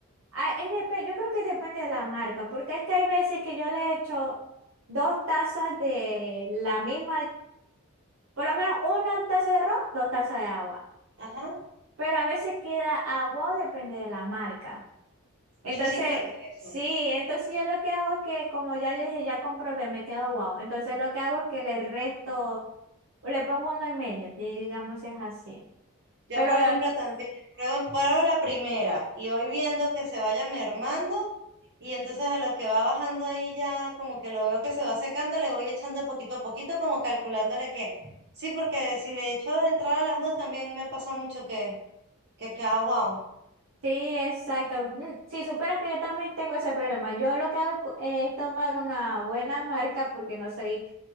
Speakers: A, on the right (about 65°); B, on the right (about 50°).
A: ah, es depe- yo creo que depende de la marca, porque es que hay veces que yo le echo dos tazas de la misma, por lo menos una taza de arroz, dos tazas de agua,
B: Ajá,
A: pero a veces queda agua, depende de la marca. Entonces,
B: yo sí creo que es
A: sí,
B: eso.
A: entonces yo lo que hago es que, como ya yo dije, ya comprobé, me quedo agua. Entonces lo que hago es que le resto, le pongo uno y medio, digamos si es así.
B: Yo,
A: Pero
B: por ejemplo, también pruebo, pruebo la primera y voy viendo que se vaya mermando y entonces a lo que va bajando ahí ya como que lo veo que se va secando, le voy echando poquito a poquito como calculándole que sí, porque si le echo de entrada a las dos también me pasa mucho que que queda wow.
A: Sí, exacto. Mm, Si supieras que yo también tengo ese problema. Yo lo que hago es tomar una buena marca porque no soy